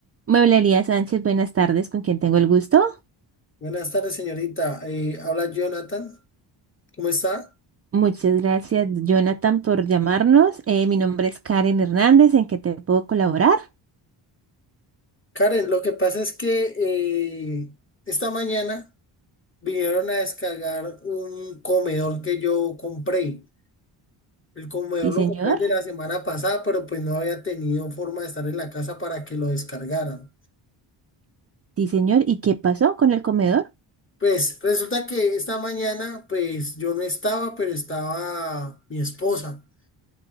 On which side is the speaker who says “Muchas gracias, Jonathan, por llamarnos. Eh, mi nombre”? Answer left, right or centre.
Right